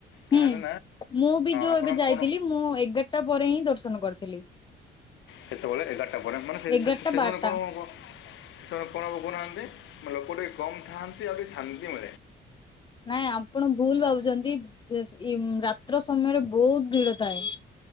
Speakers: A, on the left; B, on the left.
A: ତାହେଲେ
B: ହୁଁ। ମୁଁ ବି ଯୋଉ
A: ଆପଣ
B: ଏବେ ଯାଇଥିଲି
A: କ'ଣ
B: ମୁଁ ଏଗାରଟା ପରେ ହିଁ ଦର୍ଶନ କରିଥିଲି
A: ସେତେବେଳେ ଏଗାରଟା ପରେ ମାନେ ସେ
B: ଏଗାରଟା
A: ସମୟରେ
B: ବାରଟା।
A: କଣ କଣ ସେ କହୁନାହାନ୍ତି ଲୋକ ଟିକେ କମ୍ ଥାଆନ୍ତି ଆଉ ଟିକ ଥାଆନ୍ତି ମ
B: ନାଇଁ ଆପଣ ଭୁଲ ଭାବୁଛନ୍ତି ରାତ୍ର ସମୟରେ ବହୁତ ଭିଡ ଥାଏ।